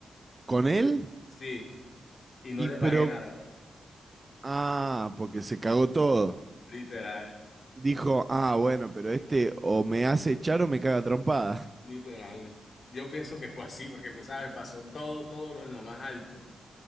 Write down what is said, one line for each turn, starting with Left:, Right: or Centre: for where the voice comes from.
Right: ¿Con él?
Left: Sí, y no
Right: Y
Left: le
Right: pero,
Left: pagué nada.
Right: ah, porque se cagó todo.
Left: Literal,
Right: Dijo, ah, bueno, pero este o me hace echar o me caga trompada.
Left: literal. Yo pienso que fue así, porque, o sea, me pasó todo, todo lo- en lo más alto.